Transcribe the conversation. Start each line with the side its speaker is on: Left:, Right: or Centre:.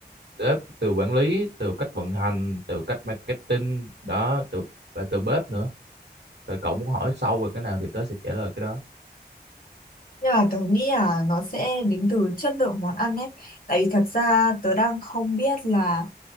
Right: sếp từ quản lý từ cách vận hành từ cách marketing đó từ và từ bếp nữa rồi cậu muốn hỏi sâu về cái nào thì tớ sẽ trả lời cái đó
Left: Nhưng mà tớ nghĩ là nó sẽ đến từ chất lượng món ăn ấy. Tại vì thật ra tớ đang không biết là